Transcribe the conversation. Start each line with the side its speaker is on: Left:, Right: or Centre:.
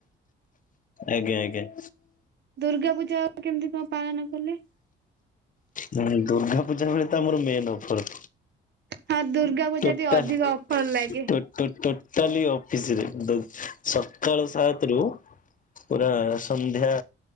Left: ଆଜ୍ଞା ଆଜ୍ଞା।
Right: ଦୁର୍ଗା ପୂଜା ଆଉ କେମିତି କଣ ପାଳନ କଲେ?
Left: ହୁଁ ଦୁର୍ଗା ପୂଜା ବେଳେ ତ ଆମର ମେନ୍ ଅଫର୍।
Right: ହଁ ଦୁର୍ଗା ପୂଜା
Left: ଟୋଟାଲ୍
Right: ଟିକେ ଅଧିକ ଅଫର ଲାଗେ।
Left: ଟୋ ଟୋ ଟୋ ଟାଲି ଅଫିସରେ ଦ ସକାଳ ସାତରୁ ପୁରା ସନ୍ଧ୍ୟା